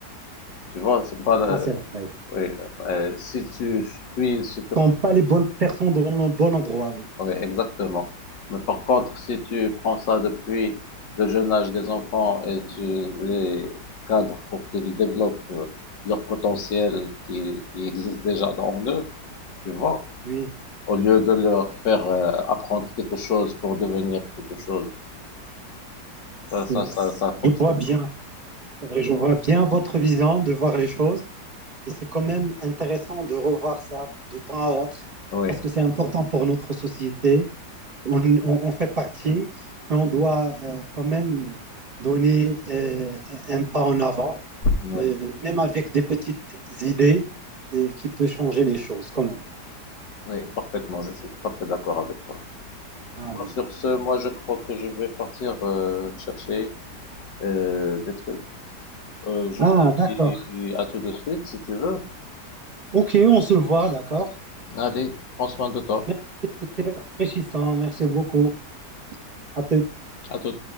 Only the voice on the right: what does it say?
ah, c'est vrai.
Quand pas les bonnes personnes dans le bon endroit, oui.
oui.
C'est-
c'est-
je vois bien,
c'est vrai, je vois bien votre vision de voir les choses et c'est quand même intéressant de revoir ça de temps à autre
parce que c'est important pour notre société. On, on- on fait partie, mais on doit euh, quand même donner euh, un pas en avant,
euh, même avec des petites idées euh, qui peuvent changer les choses quand même.
Ah
oui.
Ah,
d'accord.
Ok, on se voit, d'accord.
Merci, C'était enrichissant. Merci beaucoup. À te